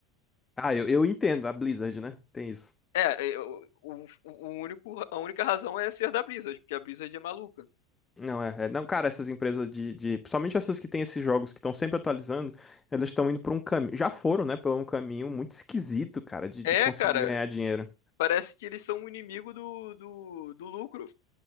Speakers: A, on the left (about 15°); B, on the left (about 70°).
A: Ah, eu, eu entendo, a Blizzard, né? Tem isso.
B: É, é, o, o o único, a única razão é ser da Blizzard, porque a Blizzard é maluca.
A: Não, é, é- não, cara, essas empresas de, de, principalmente essas que têm esses jogos que estão sempre atualizando, elas estão indo por um caminho, já foram, né, por um caminho muito esquisito, cara, de,
B: É,
A: de conseguir
B: cara,
A: ganhar dinheiro.
B: parece que eles são um inimigo do, do, do lucro.